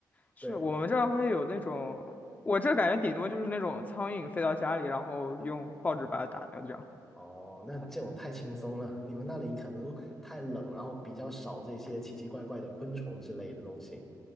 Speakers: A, on the left; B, in the centre.
A: 是我们这儿会有那种，
B: 对，
A: 我这感觉顶多就是那种苍蝇飞到家里，然后用报纸把它打掉这样。
B: 哦，那这种太轻松了，你们那里可能太冷，然后比较少这些奇奇怪怪的昆虫之类的东西，